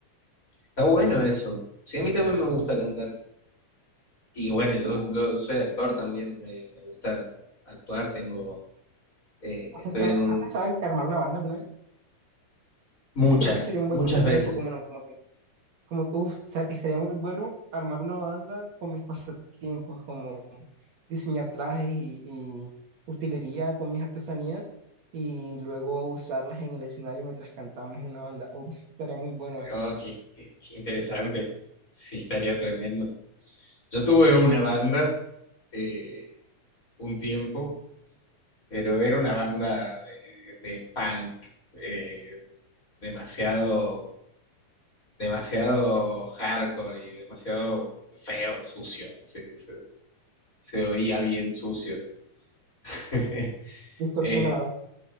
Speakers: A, on the left (about 25°); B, on the right (about 60°).
A: Está bueno eso. Sí, a mí también me gusta cantar. Y bueno, yo, yo soy actor también, me, me gusta actuar, tengo, eh,
B: ¿Has
A: estoy
B: pensado,
A: en un,
B: has pensado en armar una banda alguna vez?
A: muchas,
B: Ese creo que sería un
A: muchas
B: buen pasatiempo,
A: veces.
B: como no, como que, como que, estaría muy bueno armar una banda con mis pasatiempos, como diseñar trajes y, y utilería con mis artesanías y luego usarlas en el escenario mientras cantamos una banda. Uf, estaría muy bueno eso.
A: Oh, qué, qué- qué interesante. Sí, estaría tremendo. Yo tuve una banda eh, un tiempo, pero era una banda de, de punk eh, demasiado, demasiado hardcore y demasiado feo, sucio. así, sí. se oía bien sucio. <laughs>
B: Distorsionado.
A: Eh,